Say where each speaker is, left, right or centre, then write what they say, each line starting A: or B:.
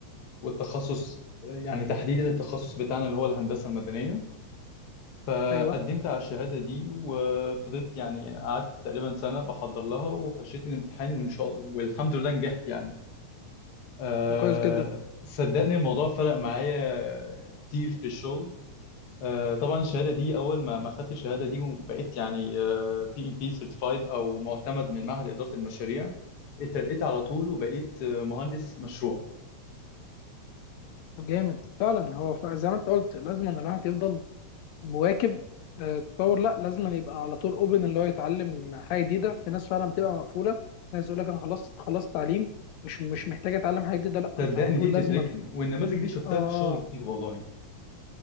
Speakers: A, on the left; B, on the left.
A: والتخصص يعني تحديدا التخصص بتاعنا اللي هو الهندسة المدنية فقدمت
B: ايوه
A: على الشهادة دي وفضلت يعني قعدت تقريبا سنة بحضر لها وخشيت الامتحان وإن شاء الله والحمد لله نجحت يعني أه
B: طب كويس جدا
A: صدقني الموضوع فرق معايا كتير في الشغل آه، طبعا الشهاده دي اول ما ما خدت الشهاده دي وبقيت يعني بي ام بي سيرتيفايد او معتمد من معهد اداره المشاريع اترقيت على طول وبقيت آه، مهندس مشروع
B: طب جامد فعلا هو ف- زي ما انت قلت لازم ان الواحد يفضل مواكب آه، التطور لا لازم أن يبقى على طول اوبن اللي هو يتعلم حاجه جديده في ناس فعلا بتبقى مقفوله ناس يقول لك انا خلصت خلصت تعليم مش مش محتاج اتعلم حاجه جديده لا
A: صدقني
B: انت على طول
A: دي بتتركن
B: لازما
A: والنماذج دي شفتها
B: اه اه
A: في الشغل كتير والله